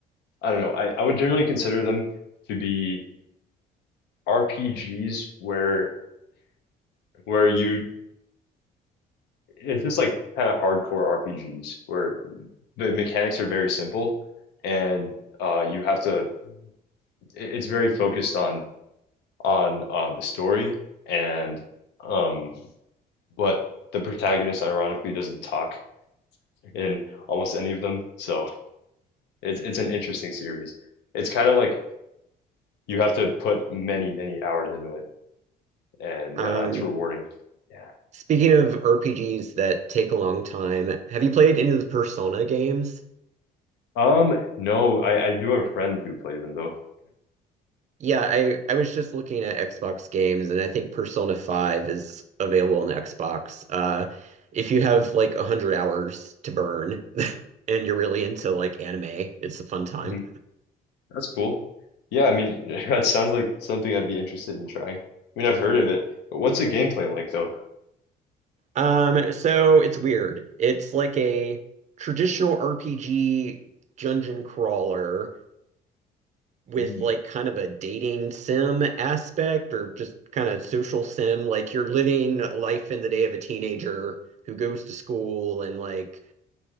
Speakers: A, on the left; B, on the right.
A: I don't know. I I would generally consider them to be RPGs where where you it's just like kind of hardcore RPGs where the mechanics are very simple and uh you have to it- it's very focused on on um, the story and um, but the protagonist ironically doesn't talk in almost any of them so it's it's an interesting series it's kind of like you have to put many many hours into it and
B: Um,
A: uh, it's rewarding yeah
B: speaking of RPGs that take a long time, have you played any of the Persona games?
A: um no I I do have a friend who plays them though
B: Yeah, I I was just looking at Xbox games, and I think Persona 5 is available on Xbox. Uh, if you have like 100 hours to burn <laughs> and you're really into like anime, it's a fun time.
A: hmm that's cool yeah I mean <laughs> that sounds like something I'd be interested in trying I mean I've heard of it but what's the gameplay like though
B: Um, so it's weird. It's like a traditional RPG dungeon crawler with
A: mm.
B: like kind of a dating sim aspect or just kind of social sim. Like you're living life in the day of a teenager who goes to school and like